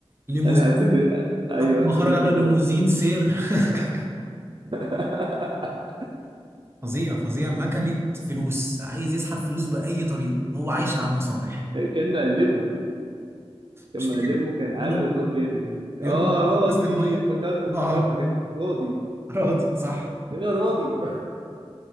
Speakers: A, on the right (about 25°); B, on the right (about 50°).
A: ليموزين
B: انا هفتكر ايوه
A: اول ما
B: هفتكر
A: خرج
B: اسمه
A: قال له ليموزين
B: دلوقتي
A: سير <laughs>
B: <laughs>
A: فظيع فظيع مكنة فلوس عايز يسحب فلوس بأي طريقة هو عايش على المصالح
B: كان مقلبه كان
A: مش فاكر
B: مقلبه كان
A: بيقول
B: عامل
A: له
B: الدور جامد
A: بيقول
B: اه
A: له بس
B: راضي
A: المية
B: افتكرت افتكرت
A: اه
B: كان اسمه راضي
A: راضي صح
B: ايه يا راضي <laughs>